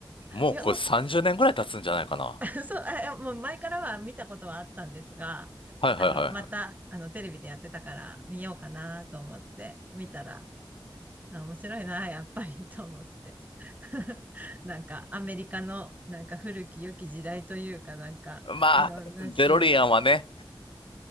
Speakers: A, on the left (about 85°); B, on the right (about 20°).
A: もうこれ30年ぐらい経つんじゃないかな。
B: いや、の <laughs> そう、あいやもう前からは見たことはあったんですが、
A: はいはいはいはい。
B: あの、また、あの、テレビでやってたから見ようかなと思って見たら、あ、面白いな、やっぱりと思って。<laughs> なんかアメリカのなんか古き良き時代というかなんかいろんなシーン。
A: まあ、デロリアンはね、